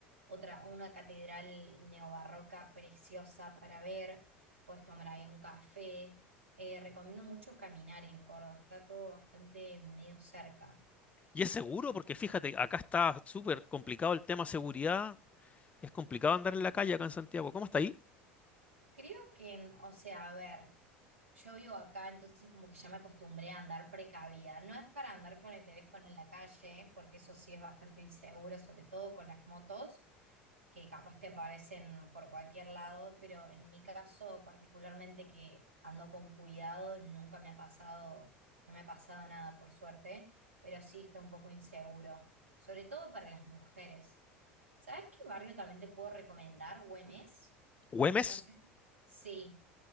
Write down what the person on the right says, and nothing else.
otra, una catedral neobarroca preciosa para ver. Podés tomar ahí un café. Eh, recomiendo mucho caminar en Córdoba, está todo bastante medio cerca.
Creo que, en- o sea, a ver, yo vivo acá, entonces como que ya me acostumbré a andar precavida. No es para andar con el teléfono en la calle, porque eso sí es bastante inseguro, sobre todo con las motos, que capaz te aparecen por cualquier lado, pero en mi caso particularmente que ando con cuidado, nunca me ha pasado, no me ha pasado nada por suerte, pero sí está un poco inseguro, sobre todo para las mujeres. ¿Sabes qué barrio también te puedo recomendar? Güemes.
No sé. si- Sí.